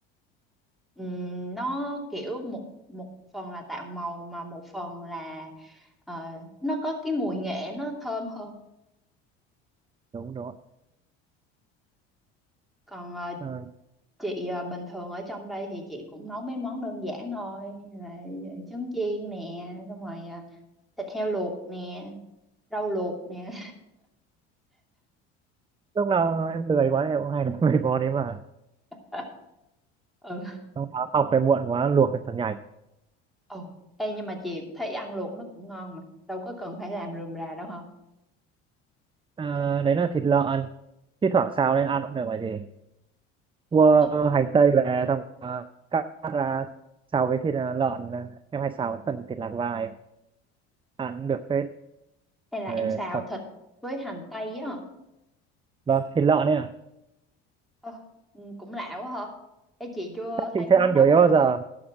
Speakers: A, in the centre; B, on the right (about 15°).
A: Ừm, nó kiểu một một phần là tạo màu mà một phần là ờ, nó có cái mùi nghệ nó thơm hơn
B: đúng đúng
A: còn ờ,
B: Ờ,
A: chị à, bình thường ở trong đây thì chị cũng nấu mấy món đơn giản thôi là ờ, trứng chiên nè xong rồi à, thịt heo luộc nè rau luộc nè
B: lúc nào em lười quá em cũng hay <laughs> làm mấy món đấy mà
A: <laughs> ừ
B: xong đó học về muộn quá luộc thật nhanh
A: ồ ê nhưng mà chị thấy ăn luộc nó cũng ngon mà đâu có cần phải làm rườm rà đâu hả
B: Ờ, đấy là thịt lợn thi thoảng xào lên ăn cũng được vậy gì mua
A: Ủa,
B: hành tây về xong ờ, cắt cắt ra xào với thịt ờ, lợn em hay xào với phần thịt lạc vai ăn cũng được phết
A: hay là
B: Ờ,
A: em xào
B: thật
A: thịt với hành tây á hả
B: vâng thịt lợn ấy ạ
A: ờ ừ, cũng lạ quá hả ê chị chưa thấy
B: chị sẽ
A: món
B: ăn
A: đó
B: kiểu ấy
A: bao
B: bao
A: giờ
B: giờ